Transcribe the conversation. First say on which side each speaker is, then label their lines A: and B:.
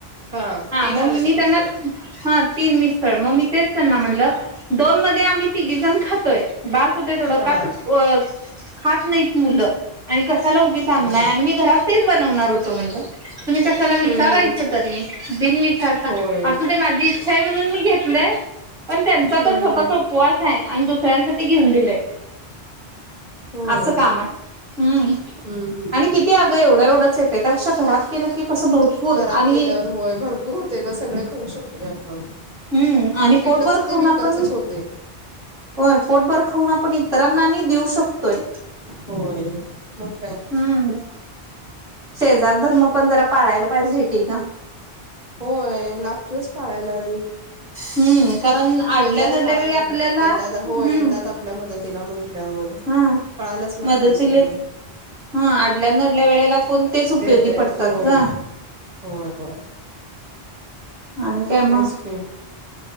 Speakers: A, on the right (about 40°); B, on the right (about 60°).
A: हा तीन
B: मग
A: आलेत
B: मी
A: फक्त.
B: त्यांना हा तीन मिस मग मी तेच त्यांना म्हणलं दोन मध्ये आम्ही तिघी जण खातोय बास होतय तेवढं
A: हा
B: का तर खात नाही मुलं आणि कशाला उगीच
A: होय
B: आणलाय आणि मी घरात तेच बनवणार होतो म्हटलं तुम्ही कशाला?
A: हम्म
B: विचारायच
A: हम्म
B: तरी बिनविचारता
A: होय
B: असू दे माझी इच्छा आहे म्हणून मी घेत पण त्यांचा
A: हम्म
B: तर स्वतः उपवास आहे दु सगळ्यांसाठी घेऊन दिलय
A: होय
B: असं काम आहे हम्
A: हम्म हम्म
B: आणि किती आगं एवढं एवढं येतय त्यापेक्षा घरात केलं की कसं भरपूर
A: घरात
B: आणि
A: केल्यावर होय भरपूरच होत. ते गं सगळे खाऊ शकतोय आपण.
B: हम्म, आणि
A: विकतच
B: पोटभर खाऊन
A: ते विकतचच
B: आपण.
A: होते
B: होय, पोटभर खाऊन आपण इतरांना आणि देऊ शकतोय.
A: होय, मग काय.
B: हम्म, शेजार धर्म पण जरा पाळायला पाहिजे की गं.
A: होय, लागतोयच पाळायला आणि.
B: हम्म. कारण
A: शेजारी
B: आडल्या नडल्या
A: हायत
B: वेळी आपल्याला
A: येतात
B: हम्म
A: हो येतात, आपल्या मदतीला म्हटल्यावर.
B: हा.
A: पळायलाच लागतय
B: मदतीले
A: सगळं.
B: हा आडल्यानडल्या वेळेला कोण तेच उपयोगी
A: येत
B: पडतात
A: होय
B: गं.
A: होय होय.
B: आणि काय
A: तेच
B: मग.
A: की